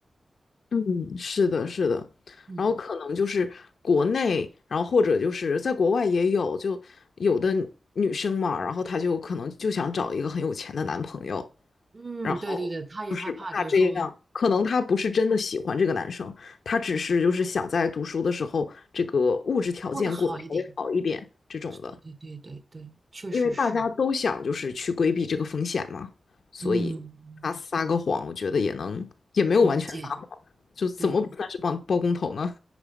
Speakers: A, on the left (about 80°); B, on the right (about 30°).
A: 嗯，是的，是的，
B: 嗯
A: 然后可能就是国内，然后或者就是在国外也有，就有的女生嘛，然后她就可能就想找一个很有钱的男朋友，
B: 嗯，
A: 然后就是怕这样，
B: 对对对，他也害怕，就是说
A: 可能她不是真的喜欢这个男生，她只是就是想在读书的时候，这个物质条件过得稍微好一点这种的。
B: 过得好一点。对对对对对，确实是，
A: 因为大家都想就是去规避这个风险嘛，所以他撒个谎，
B: 嗯，
A: 我觉得也能，也没有完全撒谎，
B: 理解，
A: 就怎么不算是包包工头呢？
B: 对